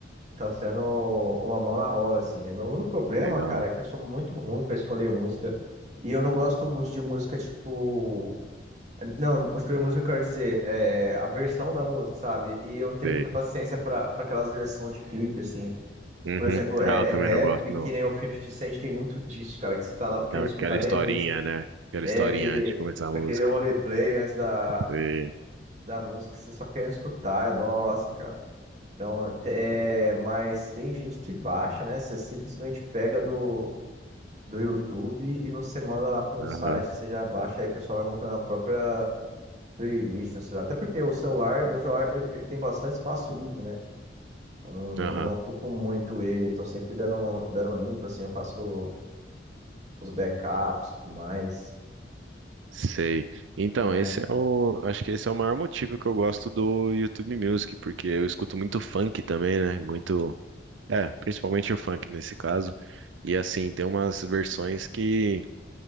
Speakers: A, on the right (about 40°); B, on the right (about 85°).
A: tá sendo uma mão na roda, assim, né? Meu único problema,
B: legal,
A: cara, é que eu sou muito ruim pra escolher música. E eu não gosto muito de música, tipo... Não, escolher música eu quero dizer, é, a versão da música, sabe? E eu não tenho
B: sei.
A: muita paciência pra, pra aquelas versões de clipe, assim.
B: Uhum.
A: Por exemplo, é,
B: Ah, eu também
A: é rap,
B: não gosto, não.
A: que nem o Fifty Cent tem muito disso, cara, que você tá lá
B: Então,
A: querendo
B: aquela
A: escutar,
B: historinha,
A: de repente,
B: né? Aquela
A: é
B: historinha
A: aquele,
B: antes de começar a
A: aquele
B: música.
A: roleplay antes da,
B: Sei.
A: da música, que você só querendo escutar, é, nossa, cara. Então, é, mas tem gente que baixa, né? Você simplesmente pega do, do YouTube e você manda lá para um
B: Aham,
A: site, você já baixa, aí o pessoal vai montando a própria playlist, né, sei lá. Até porque o celular, meu celular, ele, ele tem bastante espaço livre, né? Eu não,
B: aham.
A: eu não ocupo muito ele, tô sempre dando, dando limpo, assim, eu faço. os backups, tudo mais.
B: Sei. Então,
A: É.
B: esse é o. Acho que esse é o maior motivo que eu gosto do YouTube Music, porque eu escuto muito funk também, né? Muito. É, principalmente o funk nesse caso. E assim, tem umas versões que